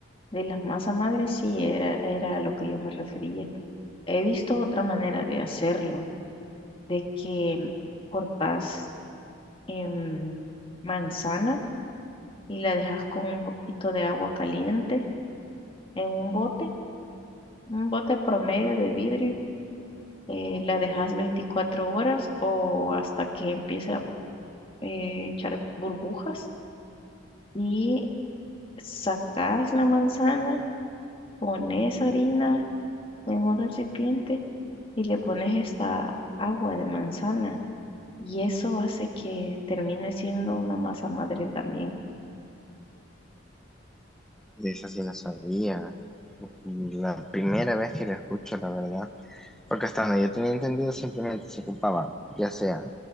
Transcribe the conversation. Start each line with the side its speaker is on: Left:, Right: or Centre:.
Left: de las masas madres sí era, era a lo que yo me refería. He visto otra manera de hacerlo, de que cortas em, manzana y la dejas con un poquito de agua caliente en un bote, un bote promedio de vidrio. eh, la dejas 24 horas o hasta que empiece a eh, echar burbujas y sacas la manzana, pones harina en un recipiente y le pones esta agua de manzana y eso hace que termine siendo una masa madre también.
Centre: De eso sí no sabía. La primera vez que lo escucho, la verdad, porque hasta donde yo tenía entendido simplemente se ocupaba, ya sea